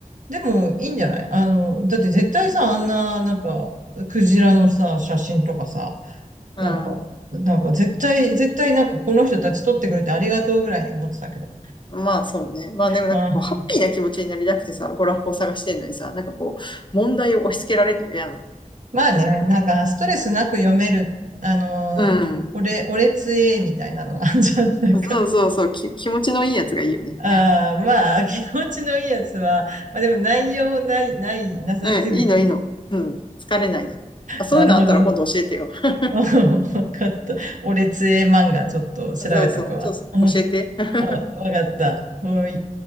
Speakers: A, on the right; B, on the left.
A: でも、いいんじゃないあの、だって絶対さ、あんな、なんか、クジラのさ、写真とかさ、
B: うん、
A: なんか、なんか絶対、絶対なんかこの人たち撮ってくれてありがとうぐらいに思ってたけど。
B: まあそうね。まあでもなんかこう、
A: うん。
B: ハッピーな気持ちになりたくてさ、娯楽を探してんのにさ、なんかこう、問題を押し付けられるのやん。
A: まあね、なんかストレスなく読める、あの、
B: うん。
A: 俺、俺つえみたいなのあんじゃん。なんか
B: そうそうそう、き、気持ちのいいやつがいいよね。
A: <laughs>、ああ、まあ、気持ちのいいやつは、まあでも内容ない、ない、なさすぎて。
B: うん、いいのいいの。うん、疲れないの。あ、そういうのあったら今度教えてよ。
A: なるほど。
B: <laughs>
A: <laughs> わかった。俺つえ漫画ちょっと調べとくわ。
B: そうそう、ちょっと教えて。
A: うん
B: <laughs>
A: あ、わかった。もうい